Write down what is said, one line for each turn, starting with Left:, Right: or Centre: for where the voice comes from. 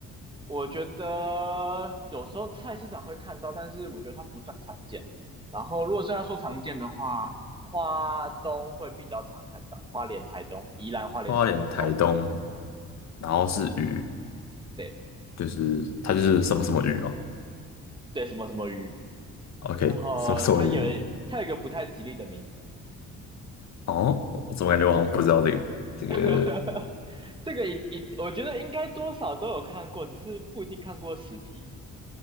Right: 我觉得有时候菜市场会看到，但是我觉得它不算常见。然后如果是要说常见的话，花东会比较常看到，花莲、台东、宜兰、花莲、
Left: 花莲、
Right: 台东东部，
Left: 台东，然后是鱼，
Right: 对
Left: 就是它就是什么什么鱼嘛
Right: 对，什么什么鱼。
Left: ，OK，
Right: 然后它有它有一个不太吉利的名称，
Left: 什么什么鱼？哦，我怎么感觉我好像不知道这个？这个
Right: <laughs> 这个一一，我觉得应该多少都有看过，只是不一定看过实体。